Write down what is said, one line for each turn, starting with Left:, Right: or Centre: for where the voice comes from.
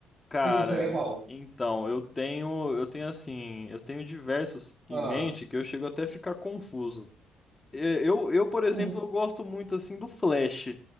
Left: Cara,
Right: E tu seria qual?
Left: então, eu tenho, eu tenho assim, eu tenho diversos
Right: Ah.
Left: em mente que eu chego até a ficar confuso. É, Eu, eu, por exemplo,
Right: Hum.
Left: eu gosto muito assim do Flash,